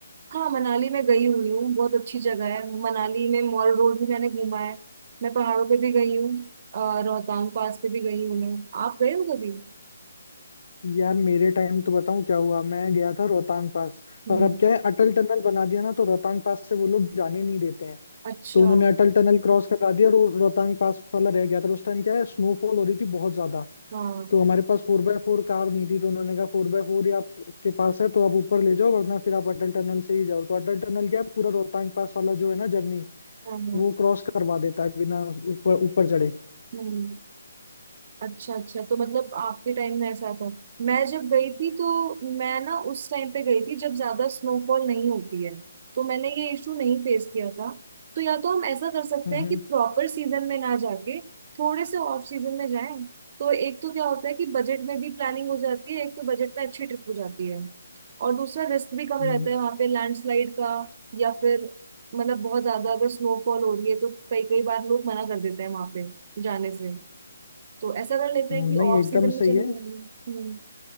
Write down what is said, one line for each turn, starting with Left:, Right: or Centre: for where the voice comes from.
Right: हाँ मनाली में गई हुई हूँ बहुत अच्छी जगह है मनाली में मॉल रोड भी मैंने घूमा है मैं पहाड़ों पे भी गई हूँ अ, रोहतांग पास पे भी गई हूँ मैं आप गए हो कभी
Left: यार मेरे टाइम तो बताऊं क्या हुआ मैं गया था रोहतांग पास
Right: हम्म
Left: पर अब क्या है अटल टनल बना दिया ना तो रोहतांग पास से वो लोग जाने नहीं देते हैं
Right: अच्छा
Left: तो उन्होंने
Right: हाँ
Left: अटल टनल क्रॉस करा दिया और वो रोहतांग पास वाला रह गया था और उस टाइम क्या है स्नोफॉल हो रही थी बहुत ज्यादा
Right: हाँ
Left: तो हमारे पास फोर बाय फोर कार नहीं थी तो उन्होंने कहा फोर बाय फोर ही आपके पास है तो आप ऊपर ले जाओ वरना फिर आप अटल टनल से ही जाओ तो अटल टनल क्या है पूरा रोहतांग पास वाला जो है ना जर्नी
Right: हाँ,
Left: वो क्रॉस करवा देता है बिना ऊपर ऊपर चढ़े
Right: हम्म अच्छा अच्छा तो मतलब आपके टाइम में ऐसा था मैं जब गई थी तो मैं ना उस टाइम पे गई थी जब ज्यादा स्नोफॉल नहीं होती है तो मैंने ये इशू नहीं फेस किया था तो या तो हम ऐसा कर सकते
Left: हम्म
Right: हैं
Left: हम्म
Right: कि प्रॉपर सीजन में ना जाके थोड़े से ऑफ सीजन में जाएं तो एक तो क्या होता है कि बजट में भी प्लानिंग हो जाती है एक तो बजट में अच्छी ट्रिप हो जाती है और दूसरा रिस्क भी कम
Left: हम्म,
Right: रहता है वहां पे लैंडस्लाइड का या फिर मतलब बहुत ज्यादा अगर स्नोफॉल हो रही है तो कई कई बार लोग मना कर देते हैं वहां पे जाने से तो ऐसा कर लेते
Left: हम्म,
Right: हैं कि
Left: नहीं
Right: ऑफ
Left: एकदम
Right: सीजन में
Left: सही
Right: चले
Left: है
Right: जाएंगे हम्म